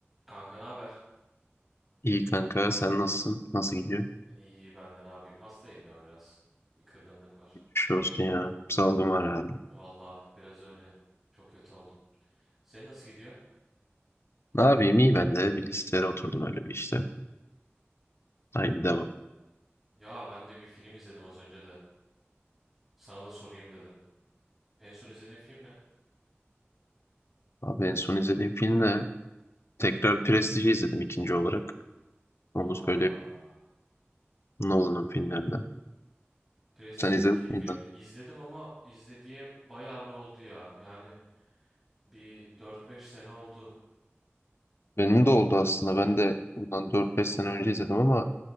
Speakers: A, in the centre; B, on the left (about 70°).
A: Kanka ne haber?
B: İyi kanka sen nasılsın? Nasıl gidiyor?
A: İyi ben de ne yapayım? Hastayım ya biraz. Bir kırgınlık var.
B: Geçmiş olsun ya. Salgın var herhalde.
A: Vallahi biraz öyle. Çok kötü oldum. Senin nasıl gidiyor?
B: Ne yapayım iyi ben de bilgisayara oturdum öyle bir işte. Aynı devam.
A: Ya ben de bir film izledim az önce de. Sana da sorayım dedim. En son izlediğin film ne?
B: Abi en son izlediğim film de tekrar Prestige'i izledim ikinci olarak. Onu
A: Aa,
B: söyleyeyim. Nolan'ın filmlerinden.
A: Prestige
B: Sen
A: çok
B: izlemiş
A: iyi filmdi.
B: miydin?
A: İzledim ama izlediğim bayağı bir oldu ya. Yani bir dört beş sene oldu.
B: Benim de oldu aslında. Ben de bundan 4-5 sene önce izledim ama